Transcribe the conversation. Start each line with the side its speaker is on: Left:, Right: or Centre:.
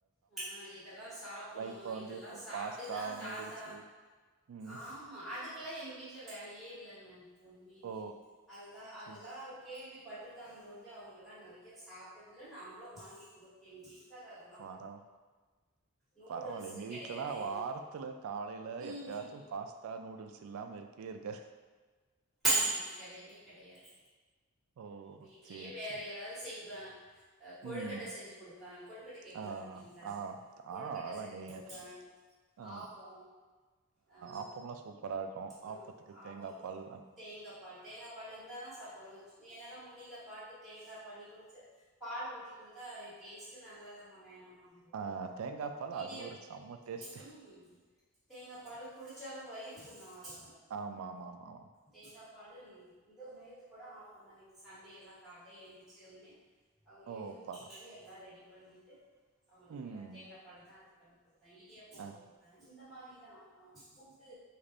Centre: ஆ இதெல்லா சாப்படணு
Right: இப்ப வந்து
Centre: இதெல்லா
Right: ப
Centre: சாப்ட்டுதா
Right: பாஸ்தா, நூடுல்ஸு
Centre: தாத்தா
Right: ம்.
Centre: ஆமா அதுக்கெல்லா எங்க வீட்ல வேலையே இல்லங்க உண்மையிலயே
Right: ஓ
Centre: அதெல்லா அதெல்லா
Right: சரி
Centre: கேள்விப் பட்ருக்காங்கலொழிஞ்சு அவங்கல்லா இன்னவரைக்கு சாப்ட்டதில்ல நாங்களு வாங்கி குடு எங்க வீட்டுக்கார்ரு அதெல்
Right: பரவா
Centre: நூடுல்ஸு
Right: பரவால்ல எங்க
Centre: கெடையாது
Right: வீட்லல்லா
Centre: எங்
Right: வாரத்துல காலைல
Centre: ம்ஹூம்
Right: எப்பயாச்சு
Centre: ம்ஹூம்
Right: பாஸ்தா, நூடுல்ஸ் இல்லாம இருக்கவே இருக்காது.
Centre: ம்ஹும் கெடையவே கெடையாது.
Right: ஓ
Centre: வீட்லயே
Right: சரி
Centre: வேற
Right: சரி.
Centre: ஏதாவது செய்வே அ கொழுக்கட்டை
Right: ம்.
Centre: செஞ்சு குடுப்பே. கொழுக்கட்டை கேள்விப்பட்ருக்கீங்களா?
Right: ஆ ஆ
Centre: கொழுக்கட்டை
Right: ஆ அதெல்லாம்
Centre: செஞ்சு
Right: கேக்குறீங்க.
Centre: குடுப்பே.
Right: ஆ
Centre: ஆப்போ ஆ
Right: ஆப்பம்லாம் சூப்பரா இருக்கும்.
Centre: ஆ
Right: ஆப்பத்துக்கு
Centre: ஆப்பம்
Right: தேங்கா பால்
Centre: தேங்காப் பால் தேங்காப் பாலு இருந்தாதா சாப்டுவாங்க ச் என்னால மு டியிலப்பான்ட்டு தேங்கா பண்ணி குடுத்து பால் ஊத்தி குடுத்தா இது டேஸ்ட்டு நல்லா இல்லம்மா வேணா ம்மான்னு சொல்வாங்க.
Right: ஆ தேங்கா பால்
Centre: இடியாப்
Right: அது ஒரு செம்ம டேஸ்ட்டு.
Centre: ம் தேங்காப் பாலு குடிச்சாலு அ வயிறு புண் ஆறு
Right: ஆமா ஆமா ஆமா ஆமா
Centre: தேங்காப் பாலு ம் இந்த நேத்து கூட ஆப்பந்தாங்க நேத்து சண்டே எல்லா காலல ஏந்திருச்சதுமே அவங்க
Right: ஓ
Centre: எழுந்திரதுக்கு
Right: பர
Centre: முன்னாடி எல்லா ரெடி பண்ணிட்டு அவங்களுக்கு
Right: ம்.
Centre: தேங்கா பால்தா இந்த இடியாப்பம்
Right: ஆ.
Centre: போடுவ இந்த மாரிதா <unintelligible> புட்டு